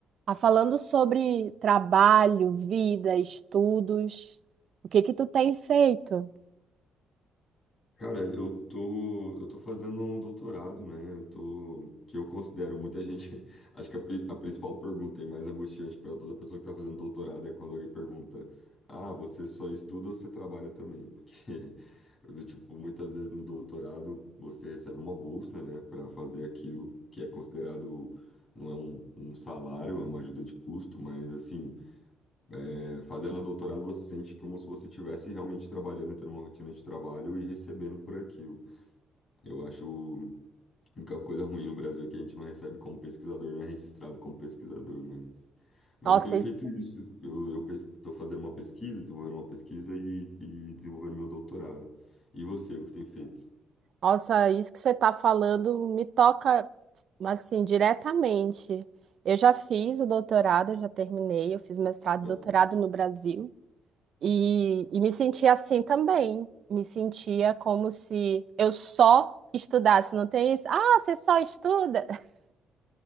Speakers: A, on the right; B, on the left.
A: Ah, falando sobre trabalho, vida, estudos, o que que tu tem feito?
B: Cara, eu tô, eu tô fazendo um doutorado, né? Eu tô, que eu considero muita gente, <laughs> acho que a, pri- a principal pergunta e mais angustiante para toda pessoa que tá fazendo doutorado é quando alguém pergunta: "Ah, você só estuda ou você trabalha também?" Porque <laughs> do tipo, muitas vezes no doutorado você recebe uma bolsa, né, para fazer aquilo que é considerado não é um, um salário, é uma ajuda de custo, mas assim, é, fazendo um doutorado você sente como se você estivesse realmente trabalhando, tendo uma rotina de trabalho e recebendo por aquilo. Eu acho a única coisa ruim no Brasil é que a gente não recebe como pesquisador, não é registrado como pesquisador, mas, mas
A: Nossa,
B: eu tenho feito
A: isso,
B: isso. Eu, eu estou fazendo uma pesquisa, desenvolvendo uma pesquisa e, e desenvolvendo meu doutorado. E você, o que tem feito?
A: nossa, isso que você está falando me toca assim diretamente. Eu já fiz o doutorado, eu já terminei, eu fiz mestrado
B: Aham,
A: e doutorado no Brasil e, e me sentia assim também. Me sentia como se eu só estudasse, não tem isso? Ah, você só estuda? <laughs>